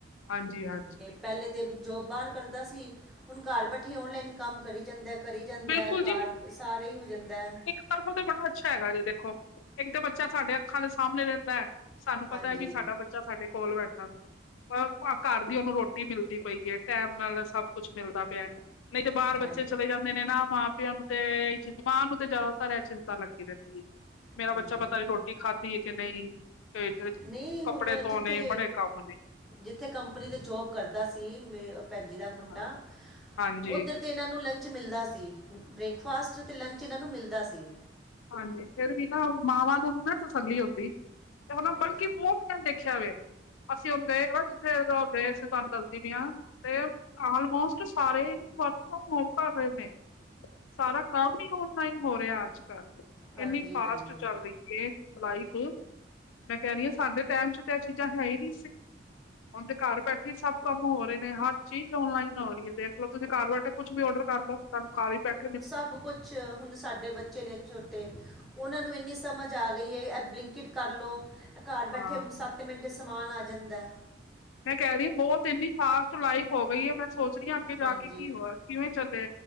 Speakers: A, on the left; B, in the centre.
A: ਹਾਂਜੀ, ਹਾਂਜੀ
B: ਪਹਿਲੇ ਤਾਂ ਜੋਬ ਬਾਹਰ ਕਰਦਾ ਸੀ ਹੁਣ ਘਰ ਬੈਠੇ ਔਨਲਾਈਨ ਕੰਮ ਕਰੀ ਜਾਂਦੇ ਕਰੀ ਜਾਂਦਾ
A: ਬਿਲਕੁਲ
B: ਹੈ ਕਾਰ ਸਾਰੇ ਹੀ ਹੋ ਜਾਂਦਾ ਹੈ।
A: ਪਰ ਉਹ ਤੇ ਬੜਾ ਅੱਛਾ ਹੈਗਾ ਜੇ ਦੇਖੋ ਇੱਕ ਤਾਂ ਬੱਚਾ ਸਾਡੇ ਅੱਖਾਂ ਦੇ ਸਾਮਣੇ ਰਹਿੰਦਾ ਹੈ ਸਾਨੂੰ ਪਤਾ
B: ਹਾਂਜੀ
A: ਹੈ ਕੀ ਸਾਡਾ ਬੱਚਾ ਸਾਡੇ ਕੋਲ ਬੈਠਾ ਵੇ ਘਰ ਦੀ ਉਹਨੂੰ ਰੋਟੀ ਮਿਲਦੀ ਪਈ ਹੈ ਟੈਮ ਨਾਲ ਸਭ ਕੁੱਛ ਮਿਲਦਾ ਪਿਆ ਨਹੀਂ ਤੇ ਬਾਹਰ
B: ਹਾਂਜੀ
A: ਬੱਚੇ ਚਲੇ ਜਾਂਦੇ ਨੇ ਨਾ ਮਾਂ ਪਿਓ ਨੂੰ ਤੇ ਇ ਚਿ ਮਾਂ ਨੂੰ ਤੇ ਜ਼ਿਆਦਾਤਰ ਏਹ ਚਿੰਤਾ ਲੱਗ ਰਹਿੰਦੀ ਹੈ ਮੇਰਾ
B: ਹਾਂਜੀ
A: ਬੱਚਾ ਪਤਾ ਨੀ ਰੋਟੀ ਖਾਦੀ ਹੈ ਕਿ ਨਹੀਂ <unintelligible>
B: ਨਹੀਂ
A: ਕੱਪੜੇ
B: ਹੁਣ
A: ਧੋਣੇ
B: ਜਿੱਥੇ
A: ਬੜੇ ਕੰਮ ਨੇ
B: ਜਿੱਥੇ ਕੰਪਨੀ ਤੇ ਜੋਬ ਕਰਦਾ ਸੀ ਮੇ ਭੈਣ ਜੀ ਦਾ ਮੁੰਡਾ
A: ਹਾਂ ਹਾਂਜੀ
B: ਉੱਧਰ ਇਹਨਾਂ ਨੂੰ ਲੰਚ ਮਿਲਦਾ ਸੀ ਬ੍ਰੇਕਫਾਸਟ ਤੇ ਲੰਚ ਇਹਨਾਂ ਨੂੰ ਮਿਲਦਾ ਸੀ।
A: ਹਾਂਜੀ ਫਿਰ ਵੀ ਨਾ ਮਾਵਾਂ ਨੂੰ ਨੀ ਨਾ ਤਸੱਲੀ ਹੁੰਦੀ ਤੇ ਹੁਣ
B: ਹਾਂਜੀ
A: ਬਲਕਿ ਦੇਖਿਆ ਵੇ ਅਸੀਂ ਹੁਨ ਗਏ ਆ ਜਿੱਥੇਂ ਉਹ ਗਏ ਅਸੀਂ ਤੁਹਾਨੂੰ ਦੱਸਦੀ ਪਈ ਆ ਤੇ ਆਲਮੋਸਟ ਸਾਰੇ ਹੀ ਵਰਕ ਫਰੋਮ ਹੋਮ ਕਰ ਰਹੇ ਨੇ ਸਾਰਾ ਕੰਮ ਹੀ ਔਨਲਾਈਨ ਹੋ ਰਿਹਾ ਅੱਜ ਕੱਲ
B: ਹਾਂਜੀ
A: ਇੰਨੀ ਫਾਸਟ
B: ਹਾਂਜੀ
A: ਚੱਲ ਰਹੀ ਹੈ। <unintelligible> ਮੈਂ ਕੇ ਰਹੀ ਹਾਂ ਸਾਡੇ ਟਾਈਮ ਚ ਤਾਂ ਇਹ ਚੀਜ਼ਾਂ ਹੈ ਹੀ ਨਹੀਂ ਸੀ। ਹੁਨ ਤੇ ਘਰ ਬੈਠੇ ਹੀ ਸਭ ਕੰਮ ਹੋ ਰਹੇ ਨੇ ਹਰ ਚੀਜ਼ ਔਨਲਾਈਨ ਹੋ ਰਹੀ ਹੈ ਦੇਖਲੋ ਤੁਸੀਂ ਘਰ ਬੈਠੇ ਕੁਛ ਵੀ ਔਡਰ ਕਰ ਲੋ ਤੁਹਾਨੂੰ ਕਾਲੀ ਪੈਂਟ
B: ਸਭ ਕੁਛ ਹੁਣ ਸਾਡੇ ਬੱਚੇ ਛੋਟੇ ਤੇ ਉਹਨਾਂ ਨੂੰ ਇੰਨੀ ਸਮਝ ਆ ਗਈ ਹੈ ਇਹ ਬਲਿੰਕਕਿਟ ਕਰ ਲੋ ਇਹ ਘਰ
A: ਹਾਂ
B: ਬੈਠੇ ਸਭ ਮਿੰਟ ਚ ਸਮਾਨ ਆ ਜਾਂਦਾ ਏ
A: ਮੈਂ ਕੇ ਰਹੀ ਹਾਂ ਬਹੁਤ ਇੰਨੀ ਫਾਸਟ ਲਾਈਫ ਹੋ ਗਈ ਹੈ ਮੈਂ ਸੋਚ ਰਹੀ ਹਾਂ ਅੱਗੇ
B: ਹਾਂਜੀ
A: ਜਾ ਕੇ ਕੀ ਹੋ ਕਿਵੇਂ ਚੱਲੇ